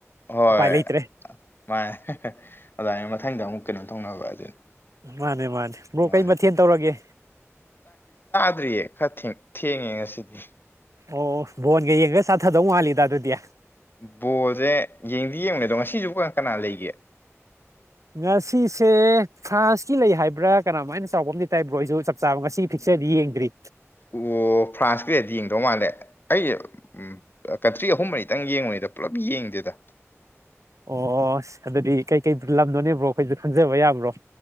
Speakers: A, on the left; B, on the right.
A: ꯍꯣꯏ
B: ꯎꯄꯥꯏ ꯂꯩꯇ꯭ꯔꯦ
A: ꯃꯥꯅꯦ ꯑꯗꯨꯥꯏꯅ ꯃꯊꯪꯗ ꯑꯃꯨꯛ ꯀꯩꯅꯣ ꯇꯧꯅꯕ ꯑꯗꯨꯅꯤ
B: ꯃꯥꯅꯦ ꯃꯥꯅꯦ ꯕ꯭ꯔꯣ
A: ꯃꯥꯅꯦ
B: ꯀꯩ ꯃꯊꯦꯜ ꯇꯧꯔꯒꯦ
A: ꯐꯗ꯭ꯔꯤꯌꯦ ꯈꯔ ꯊꯦꯡꯉꯦ ꯉꯁꯤꯗꯤ
B: ꯑꯣ ꯕꯣꯟꯒ ꯌꯦꯡꯉꯒ ꯆꯥꯊꯗꯧ ꯃꯥꯜꯂꯤꯗ ꯑꯗꯨꯗꯤ
A: ꯕꯣꯜꯁꯦ ꯌꯦꯡꯗꯤ ꯌꯦꯡꯅꯦꯗꯣ ꯉꯁꯤꯁꯨ ꯀꯅꯥ ꯂꯩꯒꯦ
B: ꯉꯁꯤꯁꯦ ꯐ꯭ꯔꯥꯟꯁꯀꯤ ꯂꯩ ꯍꯥꯏꯕ꯭ꯔꯥ ꯀꯔꯝꯃꯥꯏꯅ ꯆꯥꯎꯕ ꯑꯃꯗꯤ ꯇꯥꯏꯕ꯭ꯔꯣ ꯑꯩꯁꯨ ꯆꯞ ꯆꯥꯕ ꯉꯁꯤ ꯐꯤ ꯁꯦ ꯌꯦꯡꯔꯤ
A: ꯑꯣ ꯐ꯭ꯔꯥꯟꯁꯀꯤꯗꯗꯤ ꯌꯦꯡꯗꯧ ꯃꯥꯜꯂꯦ ꯑꯩ ꯎ ꯀꯟꯇ꯭ꯔꯤ ꯑꯍꯨꯝ ꯃꯔꯤꯇꯪ ꯌꯦꯡꯉꯨꯣꯏꯗ ꯄꯨꯜꯂꯞ ꯌꯦꯡꯗꯦꯗ
B: ꯑꯣꯁ ꯑꯗꯨꯗꯤ ꯀꯩꯀꯩ ꯂꯝꯗꯣꯅꯦꯕ꯭ꯔꯣ ꯑꯩꯈꯣꯏꯁꯨ ꯈꯪꯖꯕ ꯌꯥꯕ꯭ꯔꯣ